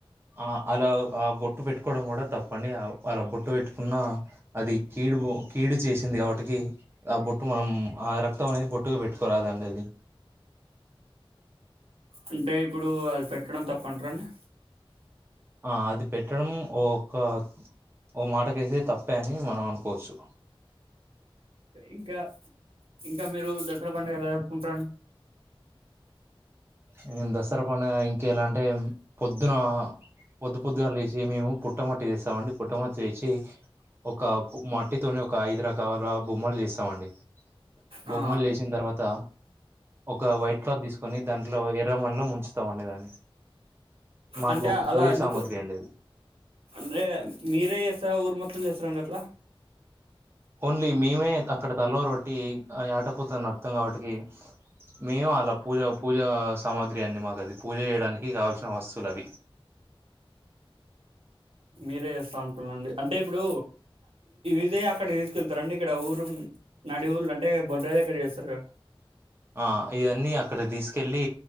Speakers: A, on the right (about 25°); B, on the right (about 80°).
A: ఆ అలా ఆ బొట్టు పెట్టుకోవడం కూడా తప్పని ఆ అలా బొట్టు పెట్టుకున్న అది కీడు కీడు చేసింది, కావట్టికి ఆ బొట్టు మనం ఆ రక్తం అనేది బొట్టుగా పెట్టుకోరాదండి అది
B: అంటే ఇప్పుడు అది పెట్టడం తప్పంటార అండి
A: ఆ అది పెట్టడం ఓక్క ఓ మాటకైతే తప్పే అని మనం అనుకోవచ్చు
B: ఇంకా ఇంకా మీరు దసరా పండుగ ఎలా జరపుకుంటారండి
A: మేం దస్సర పండుగ ఇంకెలా అంటే పొద్దున పొద్దు పొద్దుగాల్ లేసి మేము పుట్టమట్టి చేస్సామండి, పుట్ట మట్టి తెని ఒక మట్టితోని ఒక ఐదు రకాల బొమ్మలు చేస్సామండి. బొమ్మల్
B: ఆ
A: చేసిన తరువాత ఒక వైట్ క్లాత్ తీసుకొని దాని లో ఎర్రమన్నిలో ముంచుతామండి దాన్ని మాకు
B: అంటే అలా
A: పూజ
B: ఎందుకు
A: సామాగ్రి అండి అది
B: అంటే మీరే తా ఊరు మొత్తం చేస్తారండి అట్లా
A: ఓన్లీ మేమే అక్కడ తలవరొట్టి ఆటపోతున్న అర్థం కాబట్టి, మేము అలా పూజ పూజ సామాగ్రి అడి మాకు అది పూజ చేయడానికి కావాల్సిన వస్తువులు అవి,
B: మీరే చేస్తా అంటున్నాండి అంటే ఇప్పుడు ఇదే అక్కడకి తీసుకెళ్తారండి ఇక్కడ ఊరు నడి ఊర్లు అంటే బొడ్రాయి దగ్గర జేస్తరుగా,
A: ఆ ఇదన్నీ అక్కడ తీసుకెళ్ళి